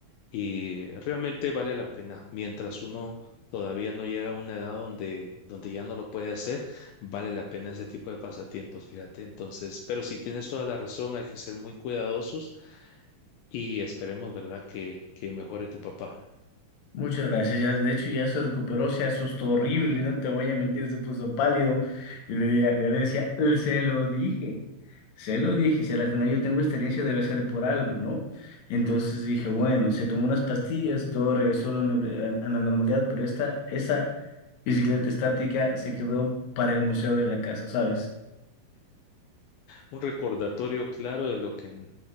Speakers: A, on the left; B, on the left.
A: y realmente vale la pena. Mientras uno todavía no llega a una edad donde, donde ya no lo puede hacer, vale la pena ese tipo de pasatiempos, fíjate. Entonces, pero si tienes toda la razón, hay que ser muy cuidadosos y esperemos, ¿verdad?, que, que mejore tu papá.
B: Muchas gracias. Ya, de hecho, ya se recuperó, se asustó horrible, no te voy a mentir, se puso pálido. Y le, decía- yo le decía, "Eh, se lo dije, se lo dije, si al final yo tengo excelencia debe ser por algo, ¿no? Entonces dije, bueno, se tomó unas pastillas, todo regresó a la, nor- a- a la normalidad, pero esta, esa bicicleta estática se quedó para el museo de la casa, ¿sabes?
A: Un recordatorio claro de lo que